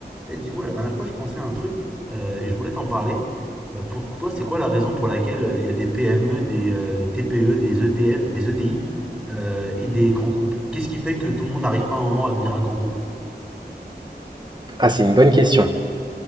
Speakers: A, in the centre; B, on the right.
A: Eh, dis-moi, la dernière fois, je pensais à un truc euh, et je voulais t'en parler. Euh, pour toi, c'est quoi la raison pour laquelle euh, il y a des PME, des, euh, des TPE, des ETF, des ETI euh, et des grands groupes Qu'est-ce qui fait que tout le monde n'arrive pas à un moment à devenir un grand groupe
B: Ah, c'est une bonne question.